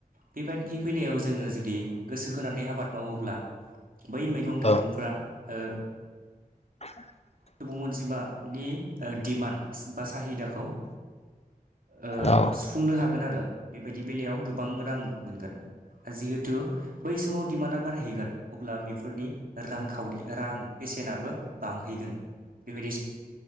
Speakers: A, on the right (about 65°); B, on the left (about 40°).
A: बेबायदिनि बेलायाव जोङो जुदि गोसो होनानै आबाद मावोब्ला बै मैगं-थाइगंफ्रा
B: औ
A: ओ
B: <unintelligible>
A: सुबुं अनजिमानि ओ डमान्ड बा साहिदाखौ ओ
B: औ
A: सुफुंनो हागोन आरो बेबायदि बेलायाव गोबां रां मोनगोन। जिहेतु बै समाव डिमान्डआ बारायहैगोन। अब्ला बेफोरनि रांखावरि रां बेसेनाबो बांहैगोन। बेबायदि